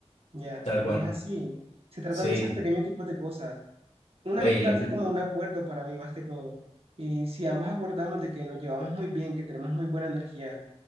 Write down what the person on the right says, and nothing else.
ya.
Y es así. Se tratan
de esos pequeños tipos de cosas. Una
amistad
es como un acuerdo para mí más que todo. Y si ambos acordamos de que nos llevamos muy bien, que tenemos muy buena energía,